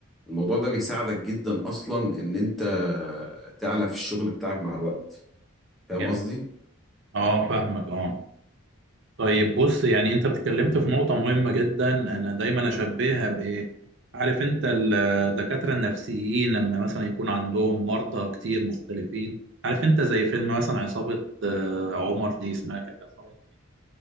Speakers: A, in the centre; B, on the right.
A: الموضوع ده بيساعدك جدا اصلا ان انت تعلى في الشغل بتاعك مع الوقت فاهم
B: جميل
A: قصدي؟
B: اه فاهمك اه طيب بص يعني انت اتكلمت في نقطة مهمة جدا انا دايما اشبهها بايه عارف انت الدكاترة النفسيين لما مثلا يكون عندهم مرضى كتير مختلفين عارف انت زي فيلم مثلا عصابة آه، عمر دي اسمها كانت عصابة